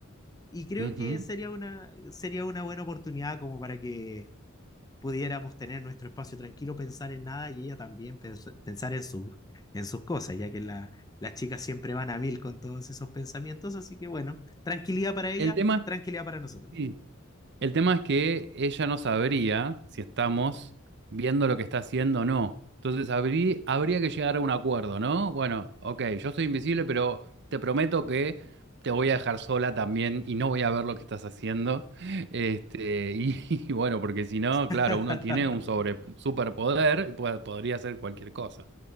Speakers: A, on the left; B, on the right.
A: Y creo
B: Ujú.
A: que sería una, sería una buena oportunidad como para que pudiéramos tener nuestro espacio tranquilo, pensar en nada y ella también pens pensar en, su, en sus cosas, ya que la, las chicas siempre van a mil con todos esos pensamientos, así que bueno, tranquilidad para ella,
B: El tema es,
A: tranquilidad para nosotros.
B: sí, El tema es que ella no sabría si estamos viendo lo que está haciendo o no. Entonces habrí- habría que llegar a un acuerdo, ¿no? Bueno, ok, yo soy invisible, pero te prometo que te voy a dejar sola también y no voy a ver lo que estás haciendo. Este, y, <laughs> y bueno, porque si no, claro,
A: <laughs>
B: uno tiene un sobre, superpoder y puede- podría hacer cualquier cosa.